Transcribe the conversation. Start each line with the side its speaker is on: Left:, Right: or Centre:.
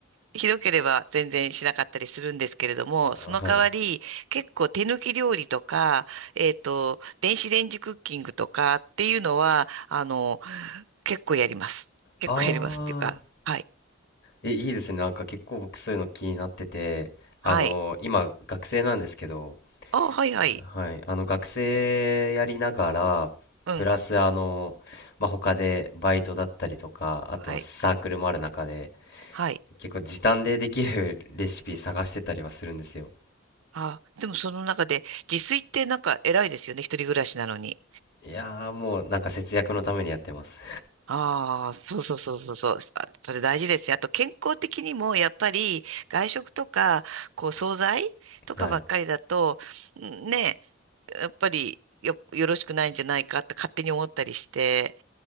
Right: ひどければ全然しなかったりするんですけれども、
Left: あはい。
Right: その代わり結構手抜き料理とか、えっと、電子レンジクッキングとかっていうのは、あの、結構やります。結構やりますっていうか、
Left: ああ、
Right: はい。
Left: え、いいですね。なんか結構僕そういうの気になってて、あの、
Right: はい。
Left: 今、学生なんですけど、
Right: あ、はいはい。
Left: はい、あの学生やりながら、
Right: うん。
Left: プラスあの、まあ、他でバイトだったりとか、あとサークルもある中で、
Right: はい。はい。
Left: 結構時短でできるレシピ探してたりはするんですよ。
Right: あ、でもその中で自炊ってなんか偉いですよね。一人暮らしなのに。
Left: いやーもうなんか節約のためにやってます。
Right: ああ、そうそうそうそうそう。あそれ大事ですよ。あと健康的にもやっぱり外食とか、こう惣菜とかばっかりだと、
Left: <laughs> はい、
Right: んね、やっぱりよ、よろしくないんじゃないかって勝手に思ったりして、